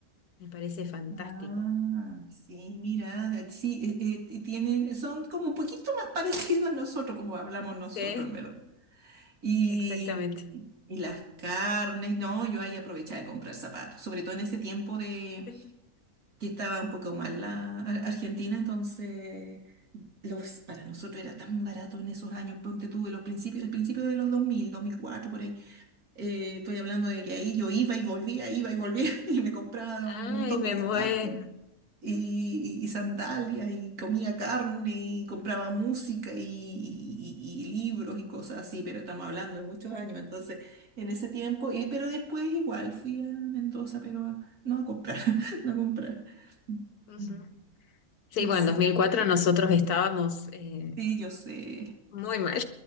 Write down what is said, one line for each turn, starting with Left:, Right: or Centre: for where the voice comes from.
Left: me parece fantástico.
Right: Ah, sí, mira, eh, sí, eh, eh, y tienen, son como un poquito más <laughs> parecidos a nosotros, como hablamos nosotros,
Left: Sí,
Right: en verdad. Y,
Left: exactamente.
Right: mm, y las carnes, no, yo ahí aprovechaba de comprar zapatos, sobre todo en ese tiempo de
Left: <laughs>
Right: que estaba un poco mal la Ar- Argentina, entonces los, para nosotros era tan barato en esos años, ponte tú, en los principios, el principio de los dos dos mil dos mil cuatro por ahí, eh, estoy hablando de que ahí yo iba y volvía, iba y volvía <laughs> y me compraba
Left: Ay,
Right: un montón
Left: me
Right: de zapatos
Left: muero.
Right: y, y sandalias y comía carne y compraba música y, y- y- y libros y cosas así, pero estamos hablando de muchos años, entonces en ese tiempo, y, pero después igual fui a Mendoza, pero a- no a comprar, <laughs> no a comprar.
Left: Ujú.
Right: Mm,
Left: Sí,
Right: Así
Left: bueno, en 2004 nosotros estábamos eh,
Right: sí yo sé.
Left: muy mal.